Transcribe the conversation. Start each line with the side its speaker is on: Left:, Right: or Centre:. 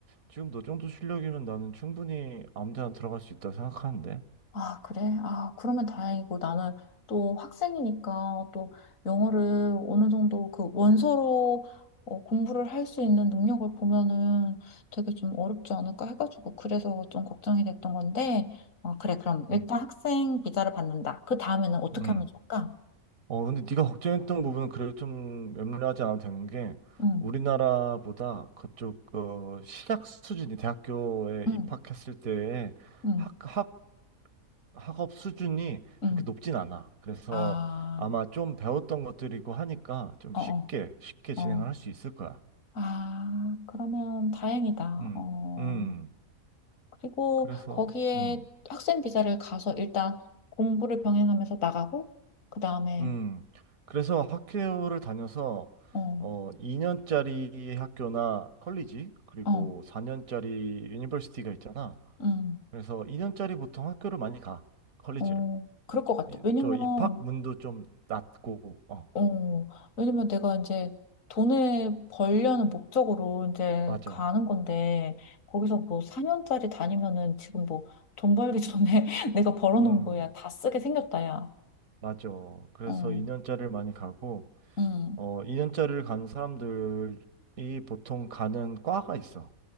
Right: 지금 너 정도 실력이면 나는 충분히 아무 데나 들어갈 수 있다 생각하는데.
Left: 아, 그래? 아, 그러면 다행이고 나는 또 학생이니까 또 영어를 어느 정도 그 원서로 어, 공부를 할 수 있는 능력을 보면은 되게 좀 어렵지 않을까 해가지고 그래서 좀 걱정이 됐던 건데, 어, 그래, 그럼 일단
Right: 음,
Left: 학생 비자를 받는다. 그 다음에는 어떻게
Right: 음,
Left: 하면 좋을까?
Right: 어, 근데 네가 걱정했던 부분은 그래도 좀 염려하지 않아도 되는 게
Left: 응,
Right: 우리나라보다 그쪽 어, 시작 수준이 대학교에
Left: 응,
Right: 입학했을 때의
Left: 응,
Right: 학, 학 학업 수준이
Left: 응.
Right: 그렇게 높진 않아. 그래서
Left: 아,
Right: 아마 좀 배웠던 것들이고 하니까 좀
Left: 어,
Right: 쉽게,
Left: 어,
Right: 쉽게 진행을
Left: 어.
Right: 할 수 있을 거야.
Left: 아, 그러면 다행이다.
Right: 음,
Left: 어.
Right: 음.
Left: 그리고
Right: 그래서,
Left: 거기에
Right: 음,
Left: 학생 비자를 가서 일단 공부를 병행하면서 나가고, 그 다음에,
Right: 음. 그래서 학교를 다녀서,
Left: 어,
Right: 어, 2년짜리 학교나 컬리지, 그리고
Left: 어,
Right: 4년짜리 유니버시티가 있잖아.
Left: 음,
Right: 그래서 2년짜리 보통 학교를 많이 가, 컬리지를.
Left: 어, 그럴 것 같아.
Right: 이-
Left: 왜냐면,
Right: 또 입학문도 좀 낮고, 어,
Left: 어, 왜냐면 내가 이제 돈을 벌려는 목적으로 이제
Right: 맞아.
Left: 가는 건데, 거기서 뭐 4년짜리 다니면은 지금 뭐 돈 벌기 전에 <laughs> 내가 벌어놓은
Right: 음.
Left: 거야. 다 쓰게 생겼다, 야.
Right: 맞죠. 그래서
Left: 어,
Right: 2년짜리를 많이 가고,
Left: 음,
Right: 어, 2년짜리를 가는 사람들이 보통 가는 과가 있어.